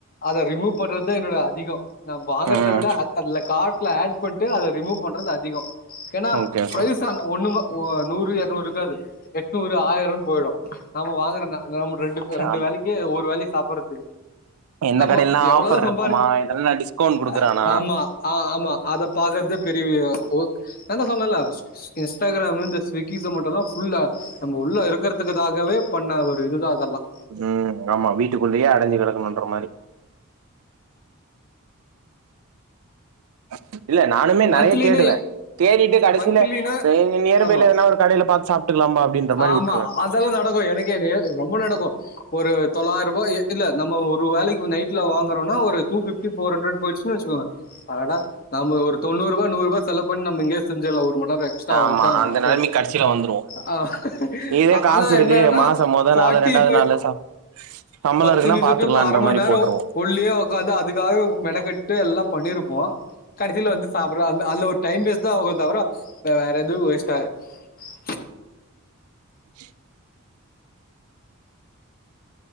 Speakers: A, on the left; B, on the right.
A: அத ரிமூவ் பண்றது என்னோட அதிகொ நா வாங்குறத
B: ம்.
A: விட அ காட்ல ஆட் பண்ணிட்டு அத ரிமூவ் பண்றத திக ஏன்னா
B: ஓகே, ஓகே.
A: பிரைஸ்தான ஒன்னு நூறு இருநூறு இருக்காது எட்நூறு ஆயிரம் போயிடும். நம் வாங்குறோங்க நம்ம ரெண்டு ரெண்டு
B: ஆமா.
A: வேலைக்கு ஒரு வேலைக்கு சாப்படுறதுக்கு.
B: எந்த
A: நம்ம
B: கடையெல்லாம்
A: எவ்வளவோ
B: ஆஃபர்
A: சம்பாரி
B: இருக்குமா? இதெல்லாம் டிஸ்கவுண்ட் குடுக்குறானா?
A: ஆஹ ஆமா ஆ ஆமா அத பார்க்குறது. பெரிய ஒக். நாதா சொன்னல்ல இன்ஸ்டாகிராமு இந்த ஸ்சுகி. கீத மட்டும்ல்லாம் ஃபுல்லா நம்ம உள்ள இருக்கறதுக்காகவே பண்ண ஒரு இதுதான் அதெல்லாம்.
B: ம். ஆமா வீட்டுக்குள்ளேயே அடைஞ்சு கிடக்கணுன்ற மாரி. ஆத்து. இல்ல நானுமே நிறைய
A: மந்த்லினா
B: தேடுவேன் தேடிட்டு கடைசியில
A: மந்த்லினா
B: நியர்பைல
A: ஆமா
B: எதனா ஒரு கடையில பார்த்து சாப்பிட்டுக்கலாம்பா அப்படின்ற மாதிரி
A: ஆமா
B: வுட்டுருவேன்.
A: அதெல்லாம் நடக்கும் எனக்கே நே- ரொம்ப நடக்கும் ஒரு தொள்ளாயிரம் ரூபாய இல்ல நம்ம ஒரு வேலைக்கு நைட்ல வாங்கறோம்னா ஒரு டூஃபிப்டி ஃபோர் அண்ரெடு போயிடுச்சு. வச்சுக்கோங்க ஆட நாம ஒரு நூறுபா செலவு பண்ணி நம்ம இங்கயே செஞ்சடலாம் ஒரு மணிநேரத். எக்ஸ்டா ஆகட்டும்
B: ஆமா அந்த
A: ஆகட்டும்
B: நெலைமைக்கு கடைசியில வந்துருவோம்.
A: ஹஹேஹ
B: இதே காசு
A: ஆனா
B: இருக்கு
A: என்னன்ன
B: மாசம் மொத
A: ஃபார்ட்டி
B: நாளு,
A: ஃபைவ்
B: நாளு சா சம்பளோ
A: பத்து
B: இருக்குன்னா
A: நிமிஷத்து
B: பாத்துக்கலான்ற
A: அரைமணி
B: மாரி
A: நேர
B: போட்ருவோ
A: உள்ளியே உக்காந்து அதுக்காக மெனக்கெட்டு எல்லாம் பண்ணிருப்போம் கடைச்சில வந்து சாப்புடுலா அந் அதுல ஒரு டைம் வேஸ்ட்தான் ஆகுதோ தவர. வேற எதுவு வேஸ்ட் ஆகாது. ட்ஷ்.
B: உ உ.